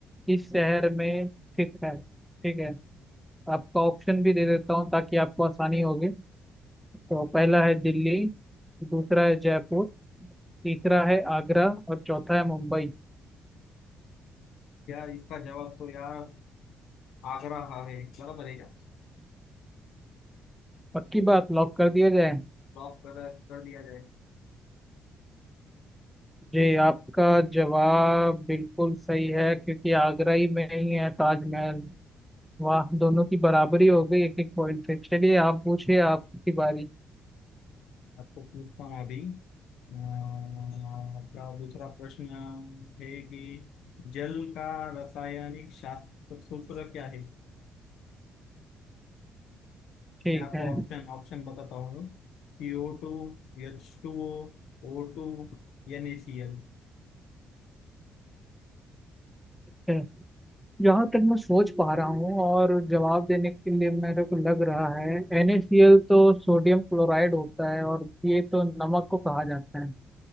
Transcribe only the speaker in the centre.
किस शहर में स्थित है ठीक है आपका ऑप्शन भी दे देता हूँ ताकि आपको आसानी होगी तो पहला है दिल्ली दूसरा है जयपुर तीसरा है आगरा और चौथा है मुंबई
पक्की बात लॉक कर दिया जाए
जी आपका जवाब बिल्कुल सही है क्योंकि आगरा ही में ही है ताजमहल वाह दोनों की बराबरी हो गई एक एक पॉइंट पे चलिए आप पूछिए आपकी बारी
ठीक
है
ठीक। जहाँ तक मैं सोच पा रहा हूँ और जवाब देने के लिए मेरे को लग रहा है NaCl तो सोडियम क्लोराइड होता है और ये तो नमक को कहा जाता है